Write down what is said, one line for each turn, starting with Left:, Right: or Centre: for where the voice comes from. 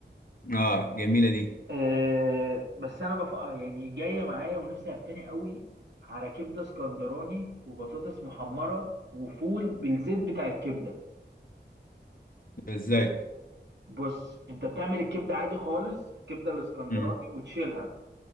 Left: آه، جميله دي
Right: أه بس انا بف... آه، يعني جايه معايا ونفسي هفاني قوي على كبده اسكندراني وبطاطس محمره وفول بالزيت بتاع الكبده
Left: ازاي
Right: بص انت بتعمل الكبده عادي خالص الكبده الاسكندراني
Left: امم
Right: وتشيلها